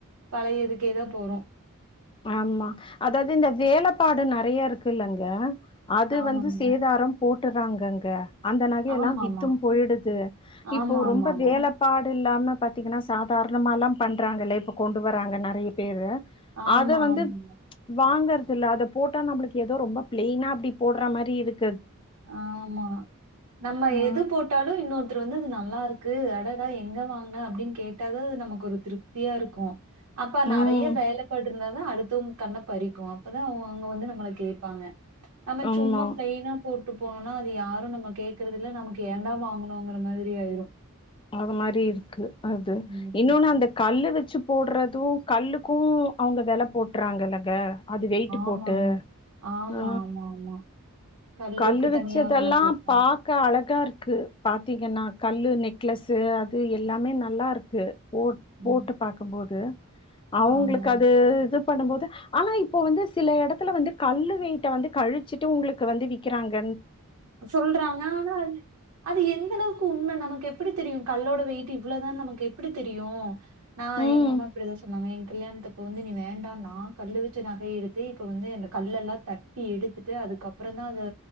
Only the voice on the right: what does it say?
பழையதுக்கே தா போறோ
ஆமாங்க.
ஆமாமா.
ஆமா,
ஆமாமா.
ஆமா,
ஆமாங்க.
ஆமா நம்ம
எது போட்டாலு இன்னொருத்தர் வந்து அது நல்லாருக்கு அத எங்க வாங்ன அப்படின் கேட்டாதா அது நமக்கு ஒரு திருப்தியா இருக்கு அப்ப
நெறைய வேலைப்பாட்ருந்தா தா அடுத் தூம் கண்ண பறிக்கு அப்பதா அவங்க அங்க வந்து நம்மள கேப்பாங்க நம்ம
சும்மா பிளைனா கூப்ட்டு போனுனா அது யாரு நம்ம கேக்குறதில்ல நமக்கு ஏன்டா வாங்குணுங்கிற மாதிரி ஆயிரு
ம்.
ஆமாங்க.
ஆமா,
ஆமா, ஆமா. கல்லுக்கு
தனியா விலை போட்டாங்க.
ம்.
ஆமாங்க.
சொல்றாங்க ஆனா அது அது எந்த ளவுக்கு உண்ம ந நமக்கு எப்டி தெரியு கல்லோட வெயிட்டு இவ்வளவுதான் நமக்கு எப்டி தெரியும் நா
எங்கம்மா இப்படிதா சொன்னாங்க எங்க கல்யாணத்து இப்ப வந்து நீ வேண்டா நா கல்லு வச்ச நக எடுத்து இப்ப வந்து எ கல்லெல்லா தட்டி எடுத்துட்டு அதுக்கப்பறந்தா அது